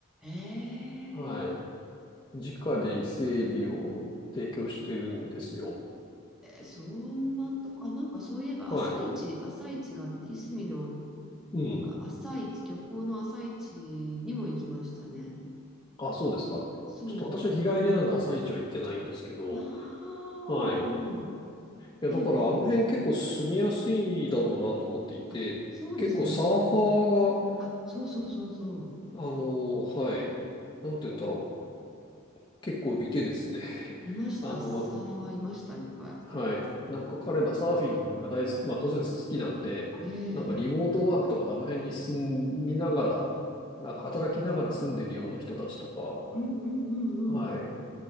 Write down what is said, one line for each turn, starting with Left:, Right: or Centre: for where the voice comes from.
Centre: ええええ
Left: はい直で伊勢海老を提供してるんですよ。
Centre: そんなとこ、あ、なんかそういえば朝市、
Left: はい。
Centre: 朝市があって、いすみの
Left: うん。
Centre: なんか朝一、漁港の朝一にも行きましたね。
Left: あ、そうですか。
Centre: そ
Left: ちょっと私は日帰りなんで朝市は行ってないんですけど、
Centre: う。ああ、
Left: はい。
Centre: なるほど。
Left: いや、
Centre: ねえ。
Left: だからあの辺結構住みやすいだろうなと思っていて、
Centre: うん。あ、そうですね。
Left: 結構サーファーが、
Centre: あ、そうそうそうそう。
Left: あの、はい、なんて言うんだろう、結構いてですね、
Centre: いました。
Left: <laughs> あの、
Centre: サーファーいました、いっぱ
Left: はい。なんか彼らサーフィンが大好き、まあ当然好きなんで、
Centre: い。え
Left: なんかリモートワークとかであの辺に住みながら、
Centre: え。
Left: なんか働きながら住んでるような人たちとか、
Centre: うんうんうんうん。
Left: はい。